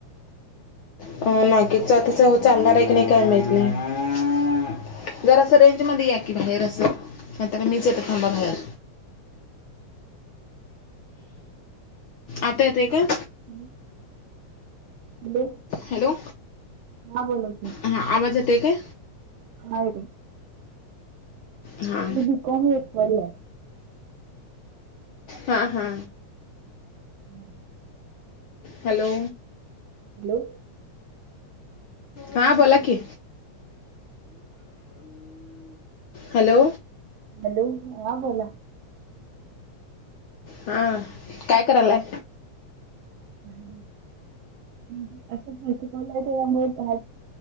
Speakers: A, on the left; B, on the right.
A: अ <unintelligible> चालणार आहे की नाही काय माहित नाही. जरासं रेंज मध्ये या की बाहेर असं नाही तर मीच येते थांबा बाहेर. आता येतय काय?
B: हॅलो हॅलो
A: हॅलो
B: हा बोला की
A: ह आवाज येतय काय?
B: हा येतंय.
A: हा
B: बी कॉम एफ वायला आहे
A: हा हा
B: नाही.
A: हॅलो
B: हॅलो
A: हा बोला की. हॅलो
B: हॅलो हा बोला.
A: हा काय करायलाय?
B: नाही. म्हणजे असं <unintelligible> लवकर